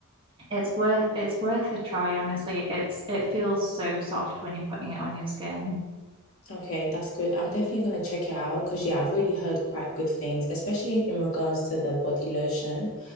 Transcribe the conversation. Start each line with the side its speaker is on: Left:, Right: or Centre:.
Right: it's worth it's worth a try, honestly. It's it feels so soft when you're putting it on your skin.
Left: Okay, that's good. I'm definitely going to check it out because, yeah, I've already heard quite good things, especially in regards to the body lotion.